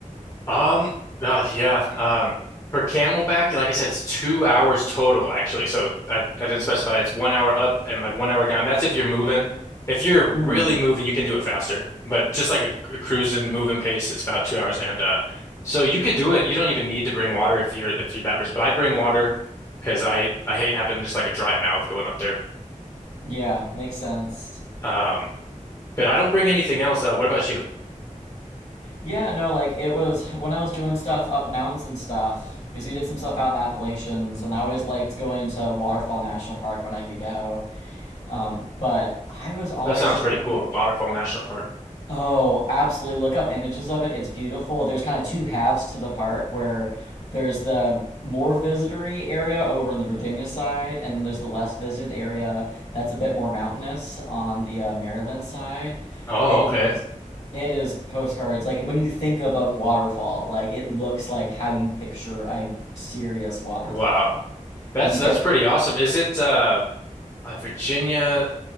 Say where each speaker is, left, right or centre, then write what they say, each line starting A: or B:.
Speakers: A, on the left; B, on the left.
A: Um, uh, yeah. Um, for Camelback, like I said, it's two hours total actually. So I, I didn't specify that. It's one hour up and like one hour down. That's if you're moving. If you're really
B: Mm.
A: moving, you can do it faster. But just like a, a cruising, moving pace, it's about two hours. And uh, so you could do it. You don't even need to bring water if you're if you're that person. But I bring water because I I hate having just like a dry mouth going up there.
B: Yeah, makes sense.
A: Um, but I don't bring anything else. Uh, what about you?
B: Yeah, no, like it was when I was doing stuff up mountains and stuff because we did some stuff out in Appalachians, and I always liked going to Waterfall National Park when I could go. Um, but I was always
A: That sounds
B: just
A: pretty
B: kind
A: cool.
B: of like,
A: Waterfall National Park.
B: Oh, absolutely. Look up images of it. It's beautiful. There's kind of two halves to the park where there's the more visitory area over on the Virginia side, and there's the less visited area that's a bit more mountainous on the uh, Maryland side.
A: Oh,
B: It
A: okay.
B: is. It is postcards. Like when you think of a waterfall, like it looks like how you picture a serious waterfall.
A: Wow. That's
B: And you
A: that's
B: get
A: pretty awesome. Is it uh, uh, Virginia?